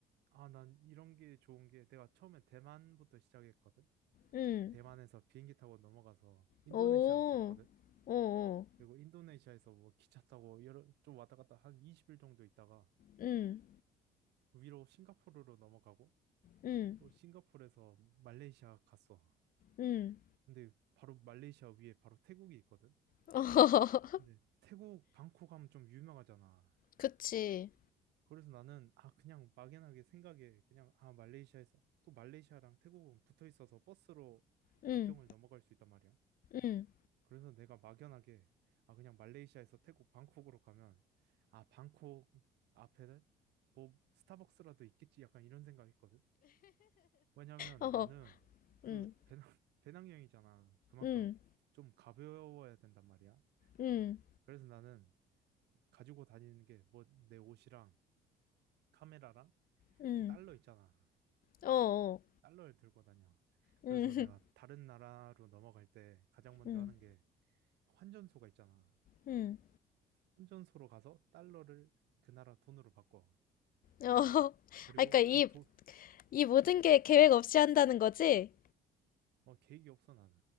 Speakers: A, on the right (about 80°); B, on the left (about 55°).
A: 아, 난 이런 게 좋은 게 내가 처음에 대만부터 시작했거든?
B: 응.
A: 대만에서 비행기 타고 넘어가서 인도네시아로
B: 오,
A: 갔거든?
B: 오, 오.
A: 그리고 인도네시아에서 뭐 기차 타고 여러 좀 왔다 갔다 한 20일 정도 있다가
B: 응,
A: 위로 싱가포르로 넘어가고
B: 응,
A: 또 싱가포르에서 말레이시아 갔어.
B: 응.
A: 근데 바로 말레이시아 위에 바로 태국이 있거든.
B: <laughs> 어허허허
A: 근데 태국 방콕 하면 좀 유명하잖아.
B: 그치.
A: 그래서 나는 아 그냥 막연하게 생각에 그냥 아 말레이시아에서 또 말레이시아랑 태국은 붙어 있어서 버스로
B: 응,
A: 국경을 넘어갈 수 있단 말이야.
B: 응.
A: 그래서 내가 막연하게 아 그냥 말레이시아에서 태국 방콕으로 가면 아 방콕 앞에는 뭐 스타벅스라도 있겠지 약간 이런 생각했거든. 왜냐면
B: 어,
A: 나는 그
B: 응,
A: 배낭 <laughs> 배낭여행이잖아. 그만큼
B: 응,
A: 좀 가벼워야 된단 말이야.
B: 응,
A: 그래서 나는 가지고 다니는 게 뭐 내 옷이랑 카메라랑
B: 응.
A: 달러 있잖아.
B: 어, 어.
A: 달러를 들고 다녀. 그래서
B: 응,
A: 내가
B: <laughs>
A: 다른 나라로 넘어갈 때 가장 먼저
B: 응,
A: 하는 게 환전소가 있잖아.
B: 응.
A: 환전소로 가서 달러를 그 나라 돈으로 바꿔.
B: 어. <laughs>
A: 그리고
B: 아, 그러니까 이
A: 그 돈,
B: 이 모든 게 계획 없이 한다는 거지?
A: 어, 계획이 없어, 나는.